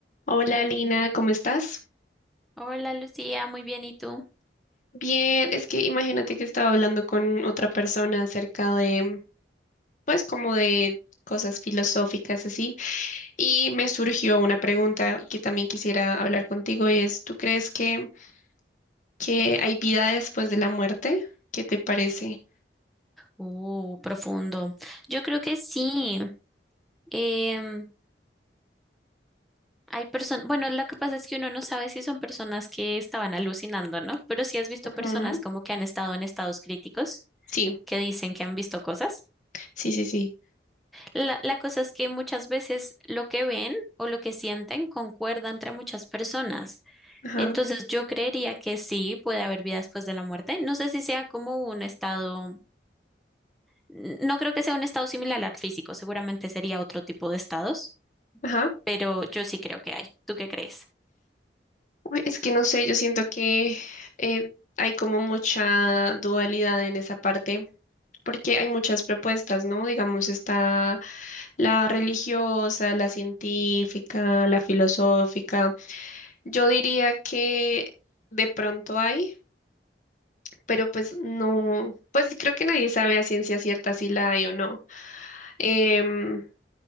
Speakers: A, on the left; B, in the centre.
A: Hola Lina, ¿cómo estás?
B: Hola Lucía, muy bien, ¿y tú?
A: Bien, es que imagínate que estaba hablando con otra persona acerca de, pues como de cosas filosóficas así, y me surgió una pregunta que también quisiera hablar contigo y es, ¿tú crees que, que hay vida después de la muerte? ¿Qué te parece?
B: Uh, profundo. Yo creo que sí. em, hay personas, bueno, lo que pasa es que uno no sabe si son personas que estaban alucinando, ¿no? Pero sí has visto
A: Ujú.
B: personas como que han estado en estados críticos,
A: Sí,
B: que dicen que han visto cosas.
A: sí, sí, sí.
B: La, la cosa es que muchas veces lo que ven o lo que sienten concuerda entre muchas personas.
A: Ajá,
B: Entonces yo creería que sí puede haber vida después de la muerte. No sé si sea como un estado No creo que sea un estado similar al físico, seguramente sería otro tipo de estados,
A: ajá.
B: pero yo sí creo que hay. ¿Tú qué crees?
A: Uy, Es que no sé, yo siento que eh, hay como mucha dualidad en esa parte, porque hay muchas propuestas, ¿no? Digamos, está La religiosa, la científica, la filosófica. Yo diría que de pronto hay, pero pues no, pues creo que nadie sabe a ciencia cierta si la hay o no. Em,